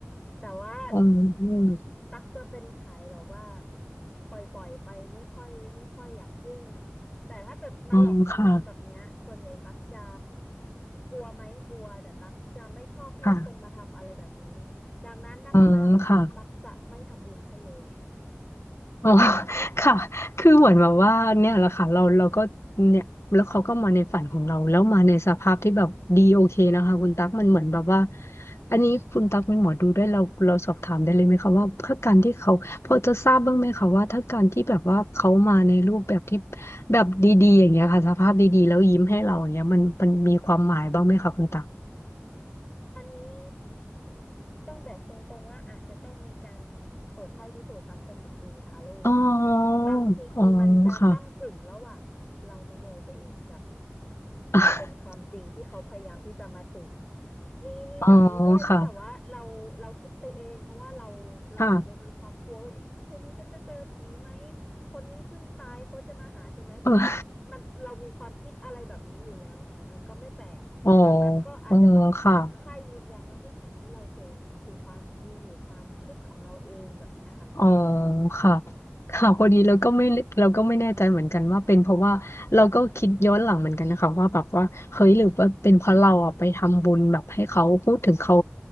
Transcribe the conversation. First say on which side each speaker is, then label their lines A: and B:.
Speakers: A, on the left (about 20°); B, on the left (about 75°).
A: แต่ว่า
B: อืม
A: ตักจะเป็นสายแบบว่าปล่อยปล่อยไปไม่ค่อยไม่ค่อยอยากยุ่งแต่ถ้าเกิดมาหลอกจังๆแบบเนี้ยส่วนใหญ่ตักจะ
B: อืมค่ะ
A: กลัวไหมกลัวแต่ตักจะไม่ชอบให้คนมาทำอะไรแบบนี้
B: ค่ะ
A: ดังนั้นถ้าเขามาทำแบบนี้ตักจะไม่ทำบุญให้เลย
B: อืมค่ะ อ๋อ <laughs> ค่ะ คือเหมือนแบบว่าเนี่ยแหละค่ะเราเราก็เนี่ยแล้วเขาก็มาในฝันของเราแล้วมาในสภาพที่แบบดีโอเคนะคะคุณตั๊กมันเหมือนแบบว่าอันนี้คุณตั๊กเป็นหมอดูได้วยเราเราสอบถามได้เลยไหมคะว่าถ้าการที่เขาพอจะทราบบ้างไหมคะว่าถ้าการที่แบบว่าเขามาในรูปแบบที่แบบดีๆอย่างเงี้ยค่ะสภาพดีๆแล้วยิ้มให้เราอย่างเงี้ยมันมันมีความหมายบ้างไหมคะคุณตั๊ก
A: อันนี้ ต้องบอกตรงๆว่าอาจจะต้องมีการเปิดไพ่พิสูจน์รักเป็นหมอดูทาโร่ค่ะ
B: อ๋อ
A: บางทีมันจะก้ำกึ่งระหว่างเรามโนไปเองกับ
B: อ๋อค่ะ <laughs>
A: มันเป็นความจริงที่เขาพยายามที่จะมาสื่อ มีมีแบบนี้ด้วยที่แบบว่าเราเราคิดไปเองเพราะว่าเราเราอาจจะมีความกลัวว่าคืนนี้ฉันจะเจอผีไหม
B: อ๋อค่ะค่ะ
A: คนนี้เพิ่งตายเขาจะมาหาใช่ไหมคือ
B: เออ
A: มันเรามีความคิดอะไรแบบนี้อยู่แล้วไงมันก็ไม่แปลกดังนั้นก็อาจจะต้องถามไพ่ยืนยันว่าเฮ้ยสิ่งที่เราเจอเนี่ยมันคือความจริงหรือความคิดของเราเองแบบเนี้ยค่ะ
B: อ๋ออ๋อค่ะอ๋อค่ะค่ะพอดีเราก็ไม่เราก็ไม่แน่ใจเหมือนกันว่าเป็นเพราะว่าเราก็คิดย้อนหลังเหมือนกันนะคะว่าแบบว่าเฮ้ยหรือว่าเป็นเพราะเราอ่ะไปทำบุญแบบให้เขาพูดถึงเขา